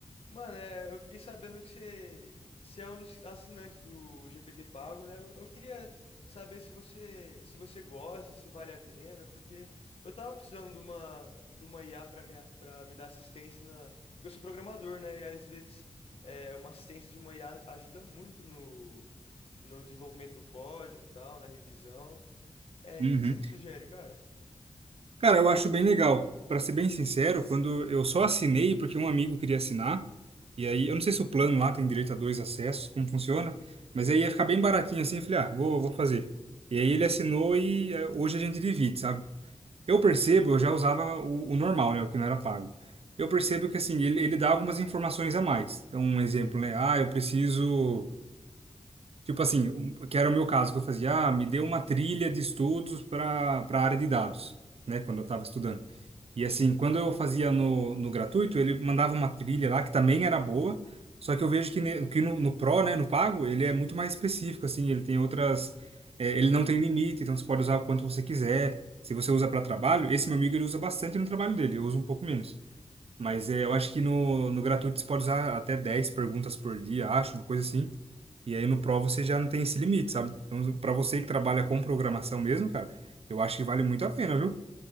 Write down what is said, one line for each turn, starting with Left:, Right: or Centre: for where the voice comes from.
Left: Mano, é, eu fiquei sabendo que você, você é um dos assinantes do GPT Pago, né? Eu, eu queria saber se você, se você gosta, se vale a pena, porque eu tava precisando de uma, de uma IA pra me, para me dar assistência na, porque eu sou programador, né? E às vezes é, uma assistência de uma IA ajuda muito no, no desenvolvimento do código, e tal, na revisão. É,
Right: Uhum.
Left: o que que você me sugere, cara?
Right: Cara, eu acho bem legal. Pra ser bem sincero, quando eu só assinei porque um amigo queria assinar, e aí eu não sei se o plano lá tem direito a dois acessos, como funciona, mas aí ia ficar bem baratinho assim, eu falei, ah, vou, vou fazer. E aí ele assinou e eh, hoje a gente divide, sabe? Eu percebo, eu já usava o, o normal, né, o que não era pago. Eu percebo que assim, ele, ele dá algumas informações a mais. Então, um exemplo, né? Ah, eu preciso Tipo assim, um- que era o meu caso, que eu fazia, ah, me deu uma trilha de estudos para para a área de dados, né, quando eu estava estudando. E assim, quando eu fazia no, no gratuito, ele mandava uma trilha lá que também era boa, só que eu vejo que, ne- que no, no Pro, né, no pago, ele é muito mais específico, assim, ele tem outras. é, ele não tem limite, então você pode usar o quanto você quiser. Se você usa para trabalho, esse meu amigo ele usa bastante no trabalho dele, eu uso um pouco menos. Mas é, eu acho que no, no gratuito você pode usar até 10 perguntas por dia, acho, uma coisa assim. E aí no Pro você já não tem esse limite, sabe? Então, para você que trabalha com programação mesmo, cara, eu acho que vale muito a pena, viu?